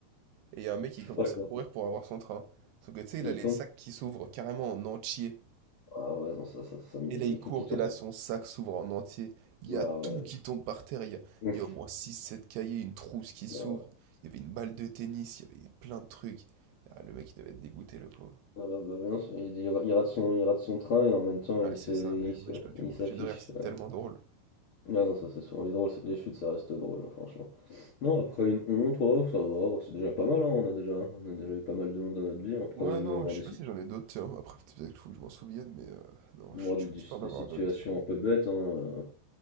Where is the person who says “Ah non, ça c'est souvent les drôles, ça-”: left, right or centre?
Left